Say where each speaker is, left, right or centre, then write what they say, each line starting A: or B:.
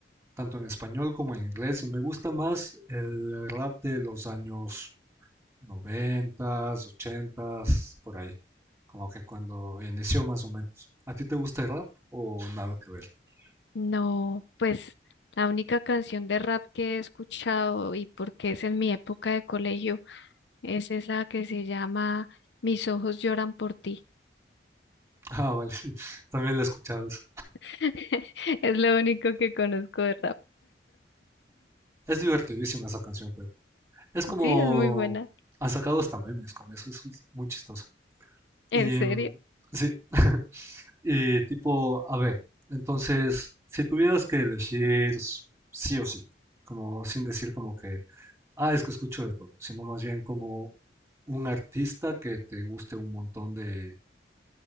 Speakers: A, on the right; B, on the left.
A: tanto en español como en inglés, y me gusta más el rap de los años noventas, ochentas, por ahí, como que cuando inició más o menos. ¿A ti te gusta el rap o nada que ver? <laughs>
B: No, pues la única canción de rap que he escuchado y porque es en mi época de colegio es esa que se llama Mis ojos lloran por ti.
A: Ah, vale, sí, también la escuchaba esa.
B: <laughs> Es lo único que conozco de rap.
A: Es divertidísima esa canción, pero es como
B: Sí, es muy buena.
A: han sacado hasta memes con eso, es muy chistosa.
B: ¿En
A: Y
B: serio?
A: mm, sí, <laughs> y tipo, a ver, entonces, si tuvieras que elegir s- sí o sí, como sin decir como que Ah, es que escucho de todo, sino más bien como un artista que te guste un montón de,